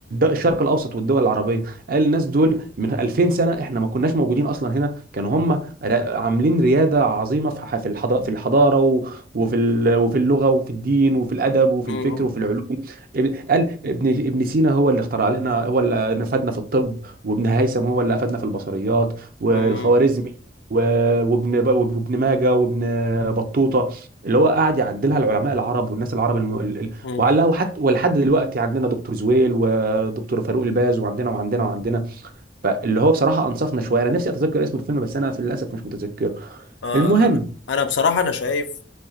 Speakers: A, on the right (about 55°); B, on the left (about 80°).
A: الشرق الاوسط والدول العربيه قال الناس دول من 2000 سنه احنا ما كناش موجودين اصلا هنا كانوا هم را- عاملين رياده عظيمه في ح- في الحضاره في الحضاره و- وفي ال- وفي اللغه وفي الدين وفي الادب وفي
B: مم.
A: الفكر وفي العلوم اب- قال ابن ابن سينا هو اللي اخترع لنا هو اللي نفدنا في الطب وابن هيثم هو اللي افادنا في البصريات والخوارزمي
B: مم.
A: و- وابن وابن ماجه وابن بطوطه اللي هو قاعد يعدلها العلماء العرب والناس العرب الم... ال- ال-
B: مم.
A: وعلها وحتى ولحد دلوقتي عندنا دكتور زويل و... دكتور فاروق الباز وعندنا وعندنا وعندنا فاللي هو بصراحه انصفنا شويه انا نفسي اتذكر اسم الفيلم بس انا في للاسف مش متذكره
B: آه
A: المهم
B: انا انا بصراحه انا شايف